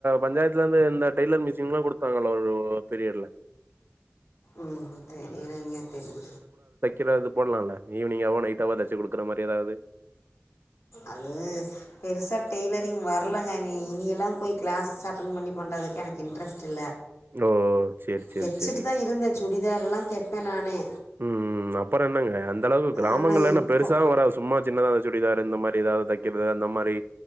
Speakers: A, on the right; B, on the left.
A: பஞ்சாயத்துல இருந்து இந்த டய்லர் மெஸ் ஷின்லா குடுத்தாங்கள்ல ஒரு பீரியட்ல
B: ம் தெரியலைங்கே தெர்ல
A: எதாவது போடலால்ல ஈவினிங்காவோ நைட்டாவோ தச்சு குடுக்குற மாரி ஏதாவது
B: அது பெருசா டெய்லரிங் வரலங்க இனி-இனியெல்லா போய் கிளாஸ் அட்டன் பண்ணி பண்றதுக்கு எனக்கு இன்ட்ரெஸ்ட் இல்ல
A: ஓ சேரி சேரி
B: தெச்சுட்டு
A: சேரி
B: தா இருந்தே சுடிதார்லா தெப்பே நானே
A: ம் ம் அப்புறோ என்னங்க அந்த அளவு கிராமங்கள்ல
B: ஆனால்
A: என்ன
B: இப்போ
A: பெருசாவு வரா சும்மா சின்னதா சுடிதாரு இந்த மாரி எதாவது தைக்கிறது அந்த மாரி